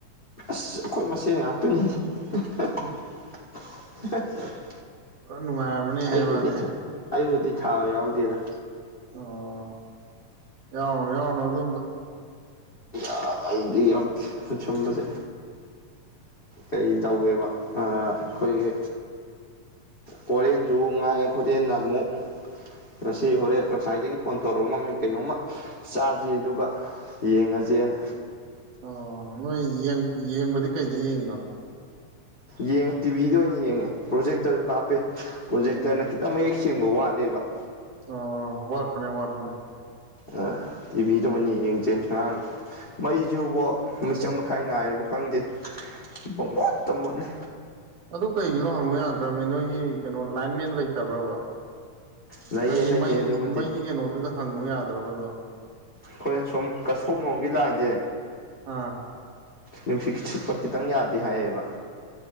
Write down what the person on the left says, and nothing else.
ꯑꯁ ꯑꯩꯈꯣꯏ ꯃꯁꯦꯟ ꯉꯥꯛꯇꯅꯤꯍ‌ꯦ
<unintelligible>
ꯑꯩꯕꯨꯗꯤ
ꯑꯩꯕꯨꯗꯤ ꯊꯥꯕ ꯌꯥꯎꯗꯦꯗ
ꯑꯥ ꯑꯩꯗꯤ ꯌꯥꯎꯗ‌ꯦ ꯁꯨꯝꯕꯁꯦ ꯀꯩ ꯇꯧꯋꯦꯕ ꯑꯥ ꯑꯩꯈꯣꯏꯒꯤ ‌ꯍ‌ꯣꯔꯦꯟꯁꯨ ꯉꯥꯏ ꯍꯣꯔꯦꯟꯅ ꯑꯃꯨꯛ ꯉꯁꯤ ꯍꯣꯔꯦꯟ ꯉꯁꯥꯏꯗꯒꯤ ꯐꯣꯟ ꯇꯧꯔꯛꯑꯝꯃꯤ ꯀꯩꯅꯣꯝꯃ ꯆꯥꯖꯤ ꯑꯗꯨꯒ ꯌꯦꯡꯉꯖ‌ꯦꯅ
ꯌꯦꯡꯉ ꯇꯤꯚꯤꯗ ꯑꯣꯏꯅ ꯌꯦꯡꯉꯦ ꯄ꯭ꯔꯣꯖꯦꯛꯇꯔꯁꯨ ꯀꯥꯞꯄꯦ ꯄ꯭ꯔꯣꯖꯦꯛꯇꯔꯅ
ꯈꯤꯇꯪ ꯃꯌꯦꯛ ꯁꯦꯡꯕ ꯋꯥꯠꯂꯦꯕ
ꯑ ꯇꯤꯚꯤꯗ ꯑ‌ꯣꯏꯅ ꯌꯦꯡꯖ‌ꯦ ꯉꯔꯥꯡ ꯃꯩꯁꯨꯨꯕꯣ ꯃꯤꯆꯪ ꯃꯈꯥꯏ ꯅꯥꯏꯔꯕ ꯈꯪꯗꯦ ꯄꯪꯃꯨꯠꯇ ꯃꯨꯠꯂꯤ
ꯂꯩꯌꯦ
ꯂꯩꯌꯦ
ꯑꯗꯨꯕꯨꯗꯤ
ꯑꯩꯈꯣꯏ ꯁꯨꯝ ꯀꯁꯣꯝ ꯂꯣꯝꯒꯤ ꯂꯥꯏꯟꯁꯦ
ꯅꯨꯡꯁꯤꯠ ꯁꯤꯠꯄ ꯈꯤꯇꯪ ꯌꯥꯗꯦ ꯍꯥꯏꯌꯦꯕ